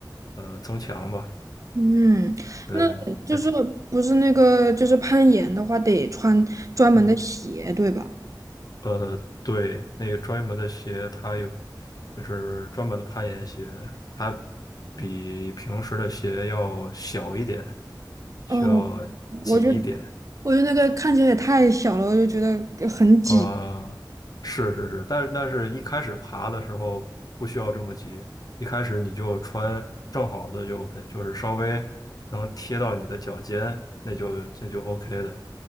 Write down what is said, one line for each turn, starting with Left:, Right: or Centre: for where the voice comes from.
Left: 呃增强吧。
Right: <laughs>，嗯，
Left: 呃，
Right: 那就是不是那个就是攀岩的话，
Left: 还挺
Right: 得穿专门的鞋，
Left: 嗯
Right: 对吧？
Left: 呃对，那个专门的鞋它有就是专门的攀岩鞋，它比平时的鞋要小一点，需要挤一点。
Right: 哦，我就我就那个看起来也太小了，我就觉得很挤。
Left: 呃，是是是，但但是一开始爬的时候不需要这么急，一开始你就穿正好的就 OK，就是稍微能贴到你的脚尖，那就这就 OK 的。